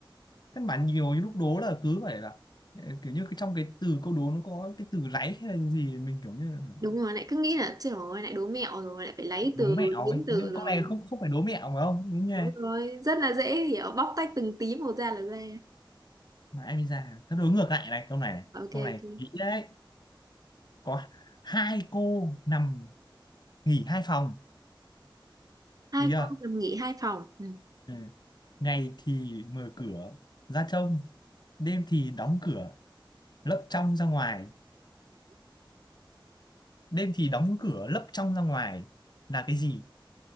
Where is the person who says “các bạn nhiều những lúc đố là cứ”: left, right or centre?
Left